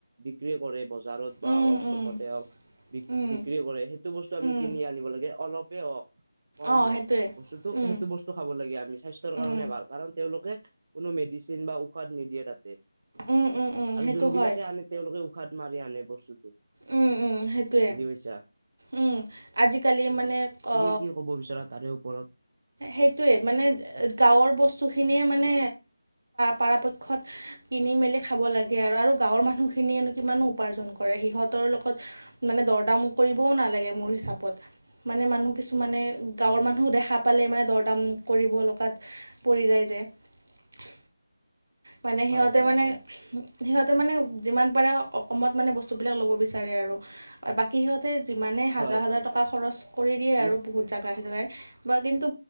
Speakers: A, on the right (about 30°); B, on the right (about 60°).
A: বিক্ৰী কৰে বজাৰ বজাৰত বা
B: উম
A: হওক
B: উম
A: চুকতে হওঁক বি
B: উম
A: বিক্ৰী কৰে সেইটো বস্তু আমি
B: উম
A: কিনি আনিব লাগে অলপেই হওঁক কম
B: অঁ
A: হওঁক
B: সেইটোৱে
A: বস্তুতটো
B: উম
A: সেইটো বস্তু খাব লাগে আমি স্বাস্থ্যৰ কাৰণে
B: উম
A: ভাল কাৰণ তেওঁলোকে কোনো মেডিচিন বা ঔষধ নিদিয়ে তাতে
B: উম উম উম
A: আৰু
B: সেইটো
A: যোনবিলাকে
B: হয়
A: আনে তেওঁলোকে ঔষধ মাৰি আনে বস্তুটো
B: উম উম, সেইটোৱে
A: বুজি পাইছা
B: উম, আজিকালি মানে
A: তুমি
B: অ
A: কি ক'ব বিচৰা তাৰে ওপৰত
B: সেইটোৱে মানে গাঁৱৰ বস্তুখিনিয়ে মানে পাৰাপক্ষত কিনি মেলি খাব লাগে আৰু, আৰু গাঁৱৰ মানুহখিনিয়েনো কিমাননো উপাৰ্জন কৰে, সিহঁতৰ লগত মানে দৰদাম কৰিবও নালাগে মোৰ হিচাপত, মানে মানুহ কিছুমানে গাঁৱৰ
A: হয়
B: মানুহ
A: হয়
B: দেখা পালে মানে দৰদাম কৰিব লগাত পৰি যায় যে। মানে সিহঁতে
A: হয় হয়
B: মানে
A: হয়
B: সিহঁতে মানে যিমান পাৰে অকমত মানে বস্তুবিলাক ল'ব বিচাৰে আৰু। বাকী সিহঁতে যিমানে হাজাৰ
A: হয়
B: হাজাৰ
A: হয়
B: টকা
A: হয়
B: খৰচ কৰি দিয়ে
A: তুমি
B: আৰু বহুত জেগাই জেগাই। বা কিন্তু